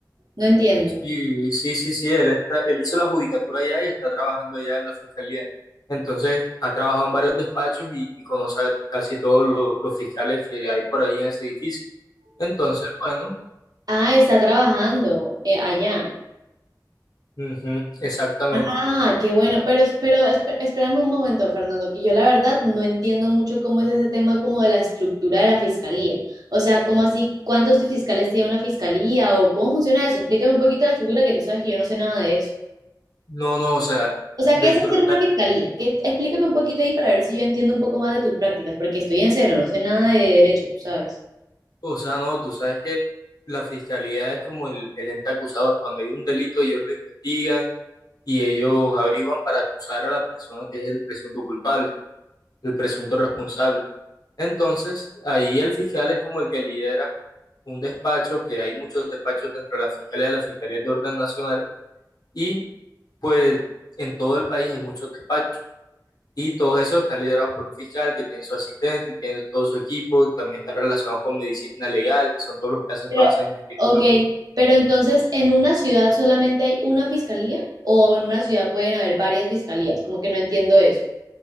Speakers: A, on the right (about 60°); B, on the left (about 60°).
A: no entiendo.
B: Y sí, sí, sí, él, está, él hizo la judicatura allá y está trabajando allá en la fiscalía. Entonces, ha trabajado en varios despachos y, y conoce a casi todos lo- los fiscales que hay por ahí en ese edificio. Entonces, bueno,
A: Ah, está trabajando eh, allá.
B: ujú, exactamente.
A: Ah, qué bueno, pero, es- pero esp- espérame un momento, Fernando, que yo la verdad no entiendo mucho cómo es ese tema como de la estructura de la fiscalía. O sea, ¿cómo así? ¿Cuántos fiscales tiene una fiscalía o cómo funciona eso? Explícame un poquito la estructura que tú sabes que yo no sé nada de eso.
B: No, no, o sea,
A: O sea,
B: dentro,
A: ¿qué es hacer
B: de
A: una
B: la-
A: fiscalía? ¿Qué- explícame un poquito ahí para ver si yo entiendo un poco más de tus prácticas, porque estoy en cero, no sé nada de derecho, tú sabes.
B: o sea, no, tú sabes que la fiscalía es como el, el ente acusador. Cuando hay un delito, ellos lo investigan y ellos averiguan para acusar a la persona que es el presunto culpable, el presunto responsable. Entonces, ahí el fiscal es como el que lidera un despacho, que hay muchos despachos dentro de la fiscalía, la fiscalía es de orden nacional, y pues en todo el país hay muchos despachos. Y todos esos están liderados por un fiscal que tiene su asistente y tiene todo su equipo, también están relacionados con medicina legal, que son todos los que hacen
A: Pero,
B: todas esas investigaciones.
A: ok, pero entonces, ¿en una ciudad solamente hay una fiscalía o en una ciudad pueden haber varias fiscalías? Como que no entiendo eso.